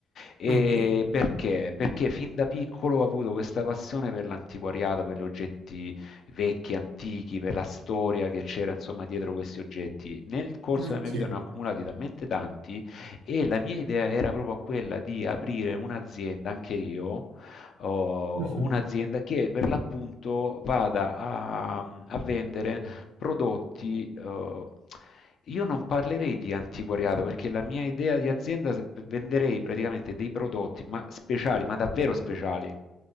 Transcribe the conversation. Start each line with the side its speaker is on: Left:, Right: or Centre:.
Left: E
Right: ok,
Left: perché? Perché fin da piccolo ho avuto questa passione per l'antiquariato, per gli oggetti vecchi, antichi, per la storia che c'era insomma dietro questi oggetti. Nel corso
Right: ok,
Left: della mia vita ne ho accumulati talmente tanti e la mia idea era proprio quella di aprire un'azienda, anche io, oh,
Right: mhm,
Left: un'azienda che per l'appunto vada a, a vendere prodotti, eh, io non parlerei di antiquariato perché la mia idea di azienda s- venderei praticamente dei prodotti ma speciali, ma davvero speciali,